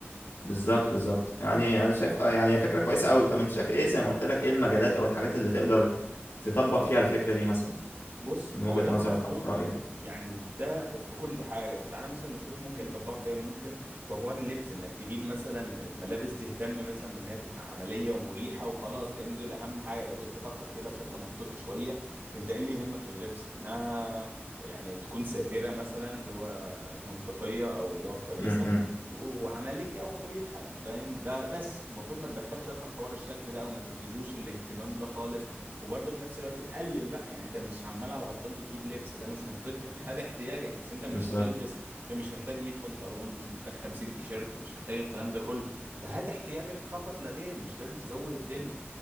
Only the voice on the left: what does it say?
بالظبط بالظبط يعني أنا شايف آه، يعني هي فكرة كويسة أوي طب أنت شايف إيه زي ما قلت لك إيه المجالات أو الحاجات اللي تقدر تطبق فيها الفكرة دي مثلا
من
وجهة
نظرك أو رأيك
امم
بالظبط